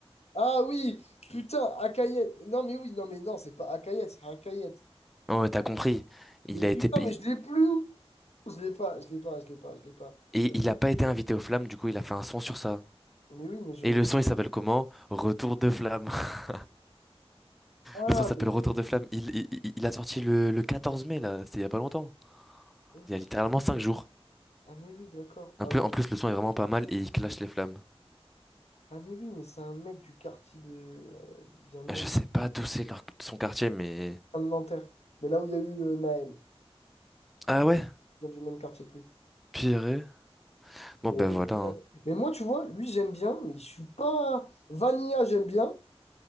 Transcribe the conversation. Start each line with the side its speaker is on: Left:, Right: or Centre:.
Left: Ah oui, putain, Akayet. Non mais oui, non mais non, c'est pas Akayet, c'est Akayet.
Centre: Non, mais t'as compris.
Left: Mais
Centre: Il
Left: putain,
Centre: a été,
Left: mais
Centre: il-
Left: je l'ai plus. Je l'ai pas, je l'ai pas, je l'ai pas, je l'ai pas.
Centre: et
Left: Tu
Centre: il a pas été invité aux flammes, du coup, il a fait un son sur ça.
Left: vois. Mais oui, mais je,
Centre: Et le
Left: je-
Centre: son, il s'appelle comment? Retour de flamme. <laughs>
Left: Ah
Centre: Le son s'appelle
Left: mais
Centre: Retour de flamme. Il, il, il- il a sorti le, le 14 mai, là, c'était il y a pas longtemps.
Left: ok.
Centre: Il y a littéralement 5 jours.
Left: Ah mais oui, d'accord. Ah,
Centre: Un peu,
Left: oui.
Centre: en plus, le son est vraiment pas mal et il clash les flammes.
Left: Ah mais oui, mais c'est un mec du quartier de. euh, il vient de Nan-
Centre: Je sais pas d'où c'est leur- son quartier, mais.
Left: il vient de Nanterre. Mais là où il y a eu euh, Naël,
Centre: Ah ouais?
Left: il vient du même quartier que lui.
Centre: Pire. Bon
Left: Mais,
Centre: ben
Left: ok.
Centre: voilà. hein.
Left: mais moi, tu vois, lui j'aime bien, mais je suis pas. Vanilla, j'aime bien.